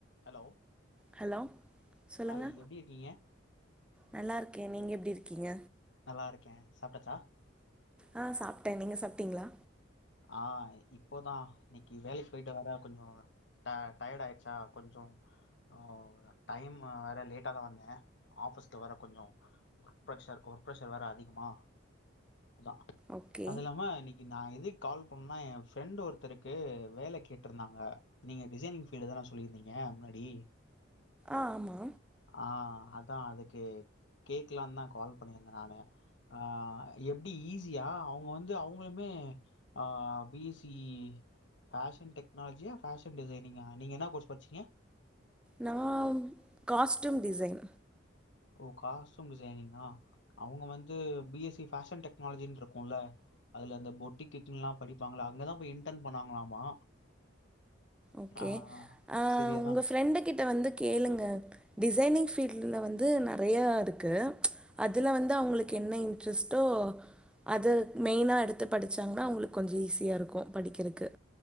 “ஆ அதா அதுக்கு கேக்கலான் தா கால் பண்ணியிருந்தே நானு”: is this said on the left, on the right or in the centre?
Left